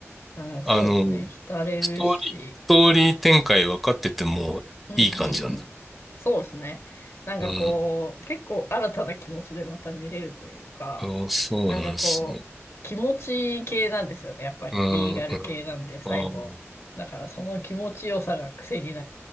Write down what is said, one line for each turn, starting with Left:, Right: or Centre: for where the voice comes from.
Left: あ、そうですね。
Centre: あの、
Left: 浸れるし。
Centre: ストーリー、ストーリー展開分かっててもいい感じなんだ。
Left: うん、うん、うん。そうですね。なんかこう、
Centre: うん。
Left: 結構新たな気持ちでまた見れるというか、
Centre: そうそうなんですね。
Left: なんかこう、気持ち系なんですよね。やっぱりリーガル系なんで、
Centre: うん。あ、
Left: 最後。
Centre: うん。
Left: だからその気持ちよさが癖になる。